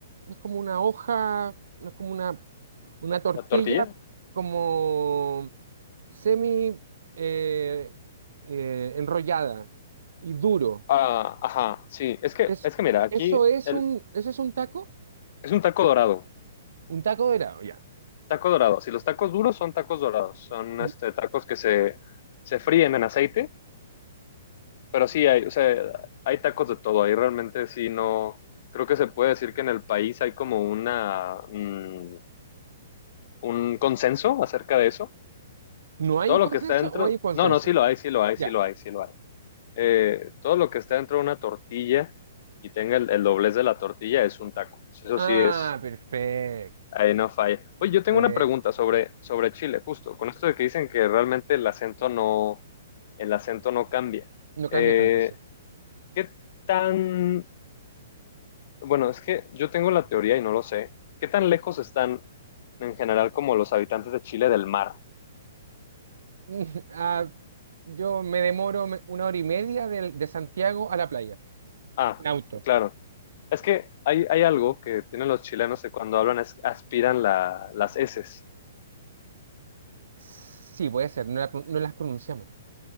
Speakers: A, on the right; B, on the left.
A: es como una hoja, no es como una, una tortilla,
B: la tortilla.
A: como semi eh, eh, enrollada y duro.
B: Ah, ajá, sí, es que,
A: Es,
B: es que mira, aquí
A: eso es
B: el,
A: un, eso es un taco,
B: es un taco dorado.
A: un taco dorado, ya.
B: Taco dorado. Si los tacos duros son tacos dorados, son
A: Y-
B: este, tacos que se, se fríen en aceite, pero sí hay, o sea, hay tacos de todo. Ahí realmente sí no, creo que se puede decir que en el país hay como una, mm, un consenso acerca de eso.
A: ¿No hay
B: Todo
A: un
B: lo
A: consenso
B: que está dentro,
A: o hay un consenso?
B: no, no, sí lo hay, sí lo hay,
A: Ya.
B: sí lo hay, sí lo hay. Eh, todo lo que está dentro de una tortilla y tenga el, el doblez de la tortilla es un taco. Eso
A: Ah,
B: sí es
A: perfecto,
B: Ahí no falla. Oye,
A: perfecto.
B: yo tengo una pregunta sobre, sobre Chile, justo, con esto de que dicen que realmente el acento no, el acento no cambia.
A: No cambia
B: Eh,
A: tanto, sí.
B: ¿qué tan, bueno, es que yo tengo la teoría y no lo sé, ¿qué tan lejos están en general como los habitantes de Chile del mar?
A: <laughs> Ah, yo me demoro me- una hora y media del- de Santiago a la playa,
B: Ah,
A: en auto.
B: claro. Es que hay, hay algo que tienen los chilenos que cuando hablan es que aspiran la, las eses.
A: Sí, puede ser, no, la pro- no las pronunciamos.